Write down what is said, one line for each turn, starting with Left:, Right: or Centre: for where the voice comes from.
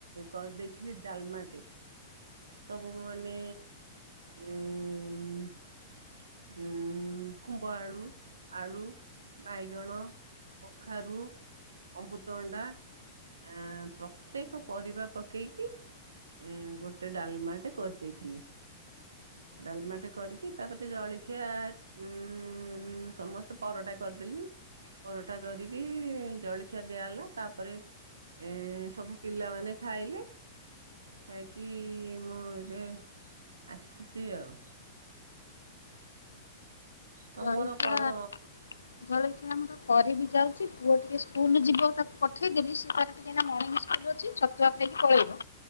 Right: କରିଦେଇଥିଲି ଡାଲ୍ମାଟେ ସବୁ ମାନେ ଏଁ ହୁଁ କୁମ୍ଭ ଆଳୁ, ଆଳୁ, ବାଇଗଣ କଖାରୁ, ଅମୃତଣ୍ଡା ଆଁ ପ୍ରତ୍ୟେକ ପରିବା ପକେଇକି ଏଁ ଗୋଟେ ଡାଲ୍ମାଟେ କରିଦେଇଥିଲି ଡାଲ୍ମାଟେ କରିକି ତାପରେ ସେ ଜଳଖିଆ ଉଁ ସମସ୍ତେ ପରଟା କରିଦେଲି। ପରଟା କରିକି ଜଳଖିଆ ଦିଆ ହେଲା ତାପରେ ଏଁ ସବୁ ପିଲାମାନୋନେ ଖାଇଲେ। ଖାଇକି ମୁଁ ଏବେ ଆସିଛି ଆଉ। ତମର
Left: ଜଳିଖିଆ
Right: କଣ
Left: ଜଳିଖି ଆମର କରିବି ଯାଉଚି ପୁଅ ଟିକେ ସ୍କୁଲ୍ ଯିବ ତାକୁ ପଠେଇଦେବି ସିଏ ତାର ଏଇନା ମର୍ଣ୍ଣିଂ ସ୍କୁଲ ଅଛି ଛତୁଆ ଖାଇକି ପଳେଇବ